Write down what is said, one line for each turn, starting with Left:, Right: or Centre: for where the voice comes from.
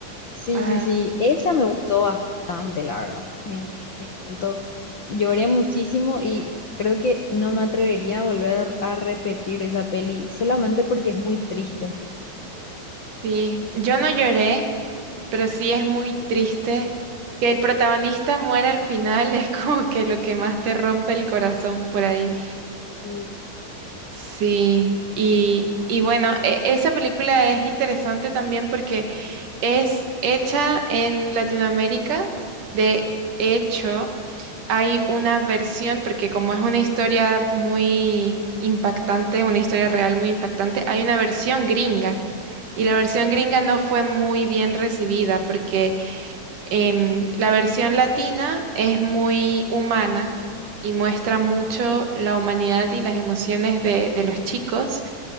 Left: Sí,
Right: Ah,
Left: sí, sí, esa me gustó bastante, la verdad. Me, me- me encantó. Lloré muchísimo y creo que no me atrevería a volver a repetir esa peli solamente porque es muy triste.
Right: sí, yo no lloré, pero sí es muy triste que el protagonista muera al final, <laughs> es como que lo que más te rompe el corazón por ahí.
Left: Sí.
Right: Sí, y, y bueno, e- esa película es interesante también porque es hecha en Latinoamérica, de hecho. hay una versión, porque como es una historia muy impactante, una historia real muy impactante, hay una versión gringa. Y la versión gringa no fue muy bien recibida porque em, la versión latina es muy humana y muestra mucho la humanidad y las emociones de, de los chicos